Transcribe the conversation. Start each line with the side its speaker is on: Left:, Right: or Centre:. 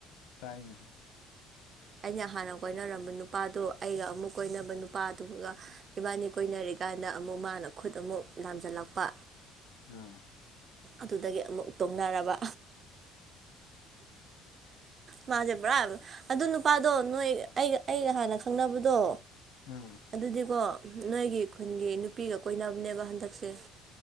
Left: ꯇꯥꯏꯅ
Right: ꯑꯩꯅ ꯍꯥꯟꯅ ꯀꯣꯏꯅꯔꯝꯕ ꯅꯨꯄꯥꯗꯣ ꯑꯩꯒ ꯑꯃꯨꯛ ꯀꯣꯏꯅꯕ ꯅꯨꯄꯥ ꯑꯗꯨꯒꯒ ꯏꯕꯥꯅꯤ ꯀꯣꯏꯅꯔꯤꯒꯦ ꯀꯥꯏꯅ ꯑꯃꯨꯛ ꯃꯥꯅ ꯈꯨꯠ ꯑꯃꯨꯛ ꯂꯥꯝꯖꯜꯂꯛꯄ
Left: ꯑꯥ
Right: ꯑꯗꯨꯗꯒꯤ ꯑꯃꯨꯛ ꯇꯧꯅꯔꯕ ꯃꯥꯁꯦ ꯄꯨꯔꯥ ꯑꯗꯨ ꯅꯨꯄꯥꯗꯣ ꯅꯣꯏ ꯑꯩꯒ ꯑꯩꯒ ꯍꯥꯟꯅ ꯈꯪꯅꯕꯗꯣ
Left: ꯎꯝ
Right: ꯑꯗꯨꯗꯤꯀꯣ ꯅꯣꯏꯒꯤ ꯈꯨꯟꯒꯤ ꯅꯨꯄꯤꯒ ꯀꯣꯏꯅꯕꯅꯦꯕ ꯍꯟꯗꯛꯁꯦ